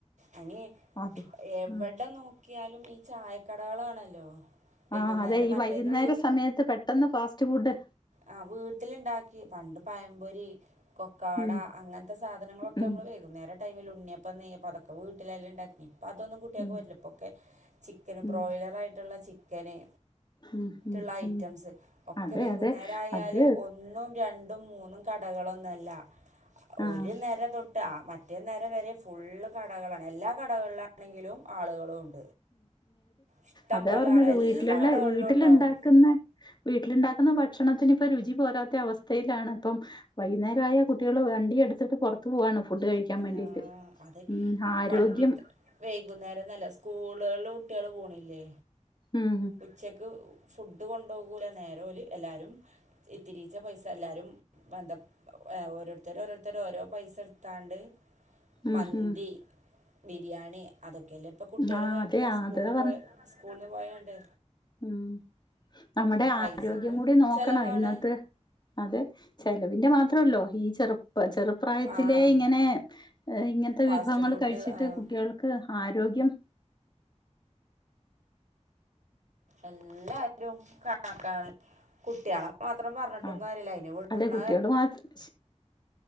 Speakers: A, on the right; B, on the left.
A: അനി
B: അത്
A: എവിടെ
B: ഉം
A: നോക്കിയാലും ഈ ചായക്കടകളാണല്ലോ. വൈകുന്നേരം
B: ആഹ അതെ ഈ
A: മറ്റേത്
B: വൈകുന്നേര സമയത്ത് പെട്ടെന്ന് ഫാസ്റ്റ് ഫുഡ്
A: ആഹ് വീട്ടിലുണ്ടാക്കി പണ്ട് പഴംപൊരി, കൊക്കവട
B: ഉം
A: അങ്ങനത്തെ സാധനങ്ങളൊക്കെ
B: ഉം
A: വൈകുന്നേരം ടൈമിൽ ഉണ്ണിയപ്പം, നെയ്യപ്പം അപ്പൊ വീട്ടിലല്ലേ ഉണ്ടാക്കി അപ്പ അതൊന്നും കുട്ടിയക്ക്
B: ഉം
A: പറ്റല്ല ഇപ്പൊക്കെ ചിക്കന്
B: ഉം
A: ബ്രോയിലറ ആയിട്ടുള്ള ചിക്കന്.
B: ഉം ഉം
A: ുള്ള ഐറ്റംസ്
B: ഉം
A: ഒക്കെ
B: അതെ
A: വൈകുന്നേരയാൽ
B: അതെ അത്
A: ഒന്നും രണ്ടും മൂന്നും. ക കടകളൊന്നുമല്ല
B: ആഹ്
A: ഒരു നേര തൊട്ട് മറ്റേന്നര വരെ ഫുള്ള്. കടകളാണ്. എല്ലാ കടകളിലാണെങ്കിലും ആളുകളും ഉണ്ട്. ഇഷ്ടം
B: അതെ
A: പോലെ
B: പറഞ്ഞത്
A: ആള് എല്ലാ
B: വീട്ടിലുള്ള
A: കടകളിലും
B: വീട്ടില
A: ഉണ്ടാവും
B: ഉണ്ടാക്കുന്ന വീട്ടിലണ്ട ഭക്ഷണത്തിന്പ്പ രുചി പോരാത്ത അവസ്ഥയിലാണ്. ഇപ്പ വൈകുന്നേര കുട്ടികൾ വണ്ടി എടുത്തിട്ട് പുറത്ത പോാണ് ഫുഡ് കഴിക്കാൻ വേണ്ടിട്ട്
A: ആഹ് അത്
B: ഉ ആരോഗ്യം
A: വണ്ടി വൈകുന്നേരംന്നല്ല സ്കൂളുകളിൽ കുട്ടികള് പോണില്ലേ
B: ഉം
A: ഉച്ചക്ക് ഫുഡ് കൊണ്ടുപോകൂല നേരെ എല്ലും ത്തിരിച്ച പൈസ എല്ലരും ബദ ഓരോരുത്തര ഓരോരുത്തര ഓരോ പൈസ എടുത്തോണ്ട്
B: ഉം
A: മന്തി,
B: ഉം
A: ബിരിയാണി അതൊക്കെ ഒക്കല്ല ഇപ്പൾ കുട്ടികൾ
B: ആഹ്
A: കഴിക്കണം
B: അതെ അതാ
A: സ്കൂളിൽ പോയ സ്കൂളിന് പോയണ്ട്
B: ഉ നമ്മുടെ
A: പൈസക്കും
B: ആരോഗ്യം കൂടി നോക്കണം
A: ചെലവാണ്
B: ഇന്നത്തെ അത് ചിലവിന്റെ മാത്രം മാത്രല്ലോ ഈ ചെറു ചെറുപ്രായത്തിലെ
A: ആഹ്
B: ഇങ്ങനെ ഇങ്ങനത്തെ
A: ഫാസ്റ്റ്
B: വിഭവങ്ങൾ
A: ഫുഡ്
B: കഴിച്ചിട്ട്
A: ആഹ്
B: കു കുട്ടികൾക്ക് ആരോഗ്യം
A: എല്ലാരും കണക്കാണ് കുട്ടികള മാത്രം പറഞ്ഞിട്ടും
B: അത്
A: കാര്യല്ല ഇനി വടുന്ന
B: അതെ കുട്ടികൾ മാത്രം